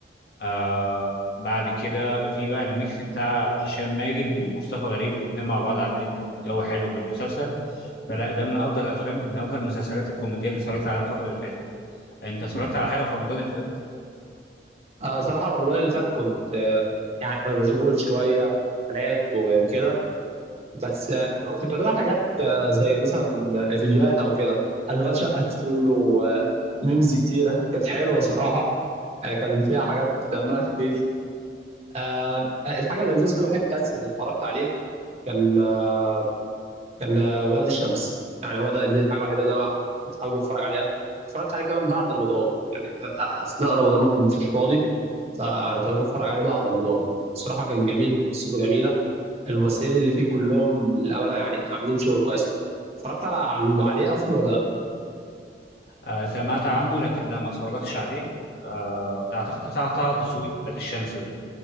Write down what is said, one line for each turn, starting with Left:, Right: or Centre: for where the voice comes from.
Left: آه بعد كده في بقى الميكس بتاع هشام ماجد ومصطفى غريب الاتنين مع بعض عاملين جو حلو في المسلسل فلا ده من افضل الافلام من افضل المسلسلات الكوميديه اللي اتفرجت عليها الفتره اللي فاتت انت اتفرجت على حاجه في رمضان اللي فات
Right: آه، صراحة رمضان اللي فات كنت آه، يعني مشغول شوية امتحانات وكده بس آه، كنت بتابع حاجات آه، زي مثلا فيديوهات او كده اشغال شقه شفت منه آه، ميمز كتيره كانت حلوه صراحه آه، كان فيها حاجات دمها خفيف آه، الحاجه الانجاز الوحيد بس اللي اتفرجت عليه كان آه، كان آه، ولاد الشمس يعني هو ده دي الحاجه الوحيده اللي انا كنت حابب اتفرج عليها اتفرجت عليه كمان بعد رمضان يعني آه، اثناء رمضان ما كنتش فاضي فانا ابتديت اتفرج عليه بعد رمضان الصراحه كان جميل قصته جميله الممثلين اللي فيه كلهم للامانه يعني عاملين شغل كويس اتفرجت على على- عليه اصلا ولا لا
Left: آه سمعت عنه لكن لا ما اتفرجتش عليه آه اعتقد بتاع طه دسوقي ولاد الشمس ده